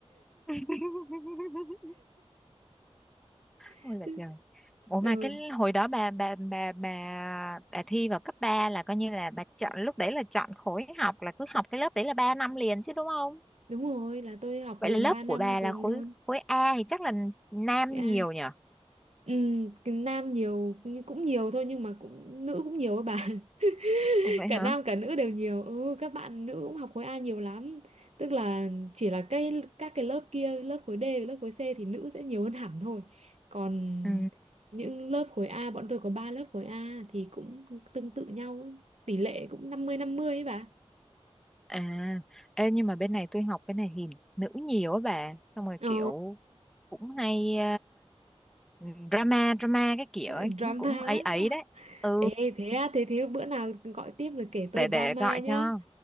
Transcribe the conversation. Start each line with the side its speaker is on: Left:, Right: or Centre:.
Centre: <laughs>
Right: <laughs>
Centre: Ôi là
Right: Chứ-
Centre: trời. Ủa
Right: ừ,
Centre: mà cái hồi đó bà bà bà bà bà thi vào cấp 3 là coi như là bà chọn lúc đấy là chọn khối học là cứ học cái lớp đấy là 3 năm liền chứ đúng không?
Right: Đúng rồi là tôi học
Centre: Vậy
Right: liền
Centre: là lớp
Right: 3
Centre: của
Right: năm
Centre: bà
Right: cùng
Centre: là khối
Right: luôn
Centre: khối A thì chắc là nam
Right: à,
Centre: nhiều nhỉ?
Right: ừ, cái nam nhiều nhưng cũng nhiều thôi Nhưng mà cũng nữ cũng nhiều ấy bà <laughs>
Centre: Ủa vậy
Right: <laughs> cả
Centre: hả?
Right: nam cả nữ đều nhiều ừ các bạn nữ cũng học khối A nhiều lắm tức là chỉ là cái các cái lớp kia lớp khối D và lớp khối C thì nữ sẽ nhiều hơn hẳn thôi còn
Centre: Ừ.
Right: những lớp khối A bọn tôi có 3 lớp khối A thì cũng tương tự nhau ấy. tỷ lệ cũng 50 50 ấy bà
Centre: À, ê, nhưng mà bên này tôi học bên này thì nữ nhiều á bà, xong rồi
Right: ồ
Centre: kiểu cũng hay ờ, drama drama cái kiểu
Right: <laughs>
Centre: ấy
Right: drama
Centre: cũng, cũng
Right: á.
Centre: ấy ấy đấy. Ừ,
Right: ê thế á thế thế bữa nào gọi tiếp rồi kể tôi
Centre: để để
Right: drama
Centre: gọi
Right: nhá
Centre: cho.